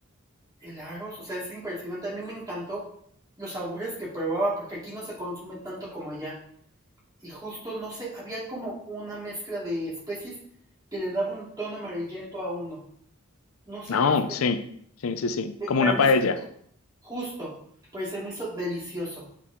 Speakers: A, on the right; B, on the left.
A: el arroz. O sea, es impresionante. A mí me encantó los sabores que probaba porque aquí no se consume tanto como allá. Y justo, no sé, había como una mezcla de especies que le daba un tono amarillento a uno. No sé
B: no,
A: qué especie,
B: sí, sí, sí, sí, como
A: pero
B: una
A: me
B: paella.
A: hizo justo, pero se me hizo delicioso.